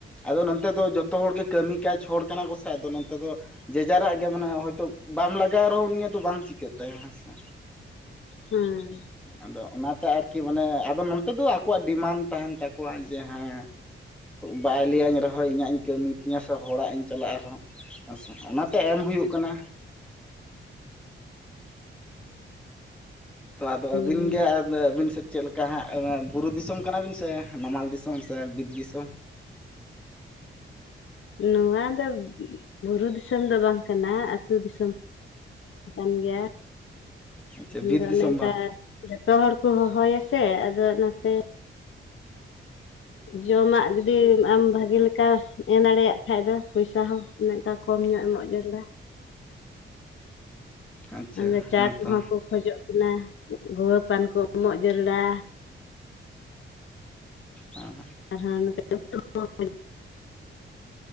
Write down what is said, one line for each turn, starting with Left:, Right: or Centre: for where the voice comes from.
Centre: ᱟᱫᱚ ᱱᱚᱱᱚᱛᱮ ᱫᱚ ᱡᱚᱛᱚ ᱦᱚᱲᱜᱮ ᱠᱟᱹᱢᱤ ᱠᱟᱡᱽ ᱦᱚᱲ ᱠᱟᱱᱟ ᱠᱚᱥ ᱟᱫᱚ ᱱᱚᱛᱮ ᱫᱚ ᱡᱮ ᱡᱟᱨᱟᱜ ᱜᱮ ᱢᱟᱱᱮ ᱦᱚᱭᱛᱳ ᱵᱟᱢ ᱞᱟᱜᱟᱣ ᱨᱮᱦᱚᱸ ᱩᱱᱤᱭ ᱫᱚ ᱵᱟᱝ ᱪᱤᱠᱟᱹᱜ ᱛᱟᱭᱟ ᱦᱮᱸ ᱥᱮ
Left: ᱦᱮᱸ
Centre: ᱟᱫᱚ ᱚᱱᱟᱛᱮ ᱟᱨᱠᱤ ᱢᱟᱱᱮ ᱟᱫᱚ ᱱᱚᱱᱚᱛᱮ ᱫᱚ ᱟᱠᱚᱣᱟᱜ ᱰᱤᱢᱟᱱᱰ ᱛᱟᱦᱮᱱ ᱛᱟᱠᱚᱣᱟ ᱡᱮ ᱦᱮᱸ ᱵᱟᱭ ᱞᱟᱹᱭᱟᱹᱧ ᱨᱮᱦᱚᱸ ᱤᱧᱟᱹᱜ ᱤᱧ ᱠᱟᱹᱢᱤ ᱛᱤᱧᱟᱹ ᱥᱮ ᱦᱚᱲᱟᱜ ᱤᱧ ᱪᱟᱞᱟᱜ ᱨᱮᱦᱚᱸ ᱟᱪᱪᱷᱟ ᱚᱱᱟᱛᱮ ᱮᱢ ᱦᱩᱭᱩᱜ ᱠᱟᱱᱟ ᱛᱚ ᱟᱫᱚ
Left: ᱦᱩᱸ
Centre: ᱟᱹᱵᱤᱱ ᱜᱮ ᱟᱹᱵᱤᱱ ᱥᱮᱫ ᱪᱮᱫ ᱞᱮᱠᱟ ᱚᱠᱟ ᱦᱟᱸᱜ ᱵᱩᱨᱩ ᱫᱤᱥᱚᱢ ᱠᱟᱱᱟᱵᱤᱱ ᱥᱮ ᱱᱟᱢᱟᱞ ᱫᱤᱥᱚᱢ ᱥᱮ ᱵᱤᱨ ᱫᱤᱥᱚᱢ
Left: ᱱᱚᱣᱟ ᱫᱚ ᱵᱩᱨᱩ ᱫᱤᱥᱚᱢ ᱫᱚ ᱵᱟᱝ ᱠᱟᱱᱟ ᱟᱹᱛᱩ ᱫᱤᱥᱚᱢ ᱠᱟᱱ ᱜᱮᱭᱟ
Centre: ᱟᱪᱪᱷᱟ ᱵᱤᱨ
Left: ᱟᱫᱚ
Centre: ᱫᱤᱥᱚᱢ
Left: ᱚᱱᱮ ᱚᱱᱠᱟ
Centre: ᱵᱷᱟᱵᱽ
Left: ᱡᱚᱛᱚ ᱦᱚᱲᱠᱚ ᱦᱚᱦᱚᱭᱟ ᱥᱮ ᱟᱫᱚ ᱚᱱᱟᱛᱮ ᱡᱚᱢᱟᱜ ᱡᱩᱫᱤ ᱟᱢ ᱵᱷᱟᱜᱤ ᱞᱮᱠᱟ ᱮᱢ ᱫᱟᱲᱮᱭᱟᱜ ᱠᱷᱟᱡ ᱫᱚ ᱯᱚᱭᱥᱟ ᱦᱚᱸ ᱚᱱᱠᱟ ᱠᱚᱢ ᱧᱚᱜ ᱮᱢᱚᱜ ᱡᱟᱹᱨᱩᱲᱟ
Centre: ᱟᱪᱪᱷᱟ
Left: ᱚᱱᱟ ᱪᱟ
Centre: ᱦᱮᱸᱛᱚ
Left: ᱠᱚᱦᱚᱸ ᱠᱚ ᱠᱷᱚᱡᱚᱜ ᱠᱟᱱᱟ ᱜᱩᱣᱟᱹ ᱯᱟᱱ ᱠᱚ ᱩᱢᱚᱜ ᱡᱟᱹᱨᱲᱟ
Centre: ᱦᱮᱸ
Left: ᱟᱨ ᱦᱚᱸ <unintelligible> ᱚᱱᱟ